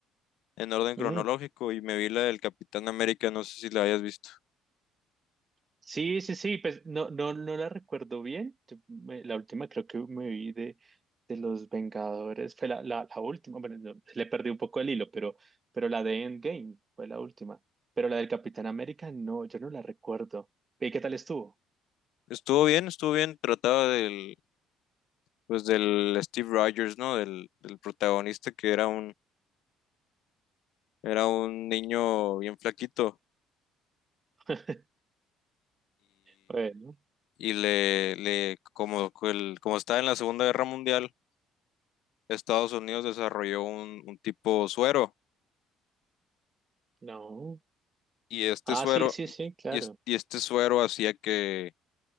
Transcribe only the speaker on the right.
Mm,
Sí, sí, sí, pues no, no, no la recuerdo bien. Yo me- la última creo que me vi de, de Los Vengadores, fue la, la, la última, bueno, no, le perdí un poco el hilo, pero, pero la de Endgame fue la última. Pero la del Capitán América, no, yo no la recuerdo. ¿Y qué tal estuvo?
<laughs> Bueno,
no.
Ah,
sí, sí,
sí, claro.